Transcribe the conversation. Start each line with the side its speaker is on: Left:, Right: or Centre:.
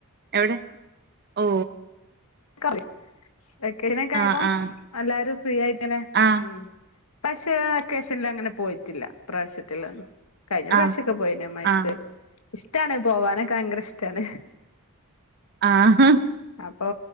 Right: എവിടെ. ഓ
Left: <inaudible> <inaudible> നൊക്കെ ആയപ്പോ
Right: ആഹ് ആഹ്
Left: എല്ലാരും. ഫ്രീ ആയി നെ
Right: ആഹ്
Left: ഉം. പക്ഷെ വെക്കേഷൻലങ്ങനെ പോയിട്ടില്ല. ഇപ്രാവശ്യത്തില്ല് കഴിഞ്ഞ പ്രാവശ്യൊക്കെ
Right: ആഹ്
Left: പോയിന് മയസ്സ്
Right: ആഹ്
Left: ഇഷ്ടാണ് പോവാനൊക്കെ ഭയങ്കര ഇഷ്ടാണ്.
Right: ആഹ്
Left: അപ്പൊ